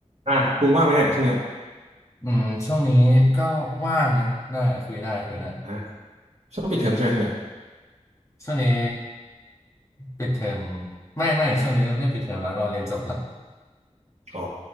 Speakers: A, on the right (about 60°); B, on the left (about 25°).
A: อ่ะภูมิว่างไหมเนี่ยช่วงเนี้ย
B: อืมช่วงนี้ก็ว่างนะได้คุยได้คุยได้
A: อ่ะช่วงปิดเทอมใช่ไหมช่วงเนี้ย
B: ช่วงนี้ปิดเทอมไม่ไม่ช่วงนี้ไม่ปิดเทอมแล้วเราเรียนจบละ
A: อ๋อ